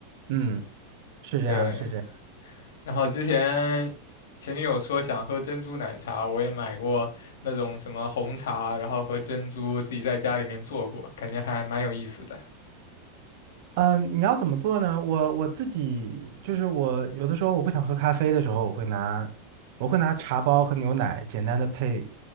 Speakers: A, on the right; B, on the left.
A: 嗯，是这样，
B: 对，
A: 是这样。
B: 然后之前前女友说想喝珍珠奶茶，我也买过那种什么红茶，然后和珍珠自己在家里面做过，感觉还蛮有意思的。
A: 嗯，你要怎么做呢？我我自己就是我有的时候我不想喝咖啡的时候，我会拿我会拿茶包和牛奶简单的配，